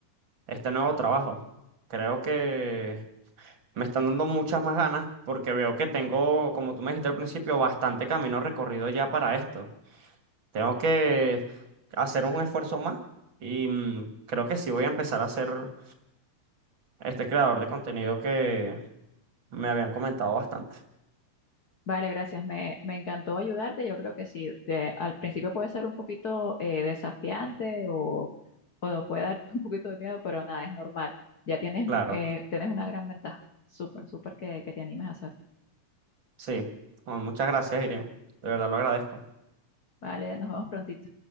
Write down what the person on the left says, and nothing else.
Vale, gracias. Me, me encantó ayudarte. Yo creo que sí. de- al principio puede ser un poquito eh, desafiante o, o puede dar <laughs> un poquito de miedo, pero nada, es normal. Ya tienes,
eh, tienes una gran ventaja. Súper, súper que, que te animes a hacerlo.
Vale, nos vemos prontito.